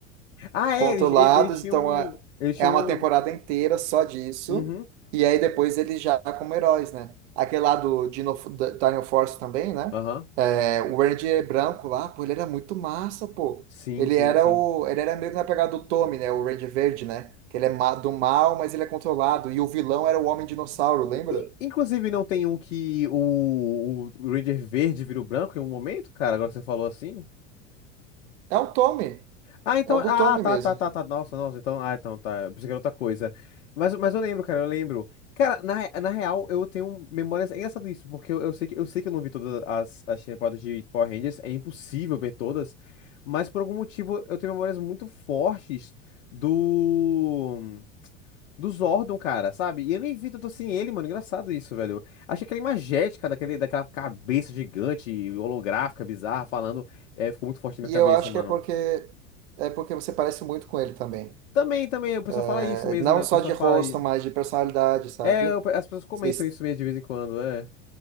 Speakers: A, on the left (about 85°); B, on the right (about 70°).
A: Ah, é,
B: Controlados,
A: eles, ele- eles tinham.
B: então
A: um-
B: é
A: Eles tinham.
B: é uma
A: um-
B: temporada inteira só disso.
A: Uhum.
B: E aí depois eles já como heróis, né? Aquele lá do Dino, da- Dino Force também, né?
A: Aham.
B: É, o Ranger branco lá, pô, ele era muito massa, pô.
A: Sim,
B: Ele
A: sim,
B: era
A: sim.
B: o. Ele era meio que na pegada do Tommy, né? O Ranger verde, né? Que ele é ma- do mal, mas ele é controlado. E o vilão era o Homem Dinossauro, lembra?
A: E, inclusive, não tem um que o, o Ranger verde virou branco em um momento, cara, agora que você falou assim?
B: É o Tommy.
A: Ah, então.
B: É o
A: Ah,
B: do Tommy
A: tá,
B: mesmo.
A: tá, tá, tá. Nossa, nossa. Então, ah, então, tá. Eu pensei que era outra coisa. Mas, mas eu lembro, cara, eu lembro. Cara, na, re- na real, eu tenho memórias. É engraçado isso, porque eu, eu sei que, eu sei que eu não vi todas as, as temporadas de Power Rangers. É impossível ver todas. Mas por algum motivo, eu tenho memórias muito fortes do. Do Zordon, cara, sabe? E eu nem vi tanto assim ele, mano. Engraçado isso, velho. Achei aquela imagética daquele, daquela cabeça gigante, holográfica, bizarra, falando. É, ficou muito forte na
B: E
A: minha cabeça,
B: eu acho
A: mano.
B: que é porque é porque você parece muito com ele também.
A: Também, também, o pessoal
B: É,
A: fala isso mesmo,
B: não
A: né?
B: só
A: O pessoal
B: de rosto,
A: fala aí.
B: mas de personalidade, sabe?
A: É, o pe- as pessoas comentam
B: Vocês,
A: isso mesmo de vez em quando, é.